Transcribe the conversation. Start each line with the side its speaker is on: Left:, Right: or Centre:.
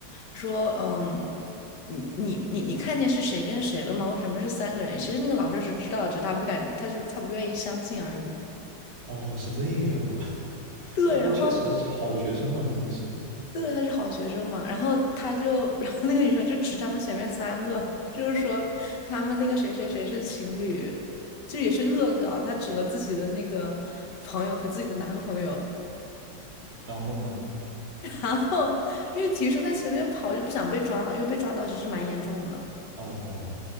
Left: 说，嗯，你你你你看见是谁跟谁了吗？为什么是三个人？其实那个老师是知道的只是他不敢，他是他不愿意相信而已。
Right: 哦，是这个样子，<laughs>
Left: 对，
Right: 那那确实啊是好学生嘛，
Left: 然后
Right: 毕竟是，
Left: 对，他是好学生嘛，然后他就，然后那个女生就指他们前面三个，就是说他们那个谁谁谁是情侣，就也是恶搞，她指了自己的那个朋友和自己的男朋友。
Right: 然后呢？
Left: 然后因为体育生在前面跑，就不想被抓到，因为被抓到其实蛮严重的。
Right: 哦，